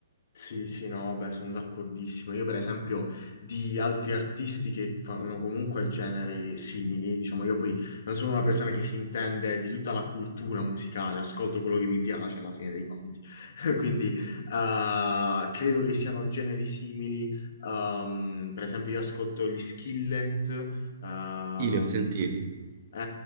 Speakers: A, on the left (about 55°); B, on the right (about 45°).
A: Sì, sì, sì, no, vabbè, sono d'accordissimo. Io, per esempio, di altri artisti che fanno comunque generi simili, diciamo, io poi non sono una persona che si intende di tutta la cultura musicale, ascolto quello che mi piace alla fine dei conti. <laughs> Quindi, eh, credo che siano generi simili. ehm, per esempio, io ascolto gli Skillet, ehm,
B: Sì, li ho sentiti.
A: Eh,